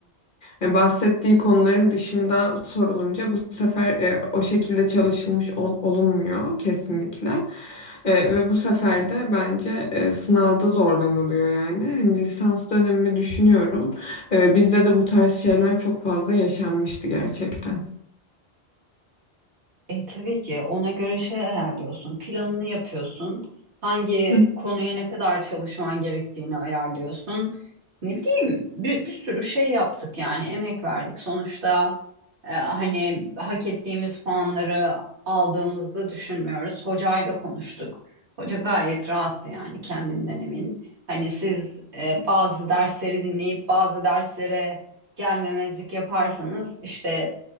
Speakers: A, on the left; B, on the right.
A: e, bahsettiği konuların dışında sorulunca bu sefer e, o şekilde çalışılmış ol- olunmuyor kesinlikle. E, ve bu sefer de bence e, sınavda zorlanılıyor yani. Hani lisans dönemimi düşünüyorum. E, bizde de bu tarz şeyler çok fazla yaşanmıştı gerçekten.
B: E, tabii ki ona göre şey ayarlıyorsun, planını yapıyorsun, hangi
A: Hı
B: konuya ne kadar çalışman gerektiğini ayarlıyorsun. Ne bileyim bir, bir sürü şey yaptık yani emek verdik. Sonuçta e, hani hak ettiğimiz puanları aldığımızı düşünmüyoruz. Hocayla konuştuk. Hoca gayet rahattı yani kendinden emin. Hani siz e, bazı dersleri dinleyip bazı derslere gelmemezlik yaparsanız işte